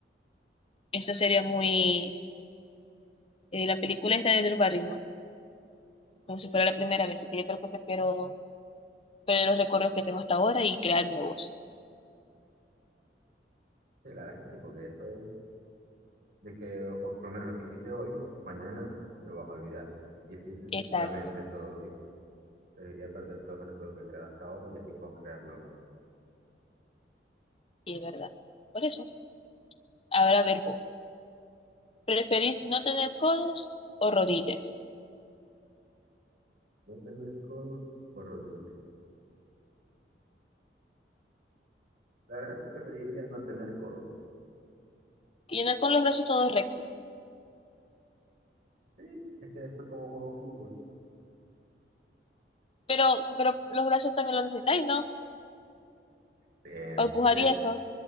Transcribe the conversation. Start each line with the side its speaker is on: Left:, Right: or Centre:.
Left: eso sería muy, eh, la película esta de Drew Barrymore, como si fuera la primera vez, así que yo creo que prefiero perder los recuerdos que tengo hasta ahora y crear nuevos.
Right: Sí, la verdad es que sí, porque eso es de que, o por lo menos lo que hiciste hoy, mañana lo vas a olvidar. Y así sucesivamente
Left: Exacto,
Right: todos los días. Debería perder todos los recuerdos que he creado hasta ahora y así puedo crear nuevos.
Left: y es verdad. Por eso, ahora a ver vos. ¿Preferís no tener codos o rodillas?
Right: No tener codos o rodillas. La verdad es que preferiría no tener codos.
Left: Y andar con los brazos todos rectos.
Right: Sí, es que después como juego fútbol,
Left: Pero, pero los brazos también los necesitáis, ¿no?
Right: en-
Left: Para empujar
Right: si, eres-
Left: y eso.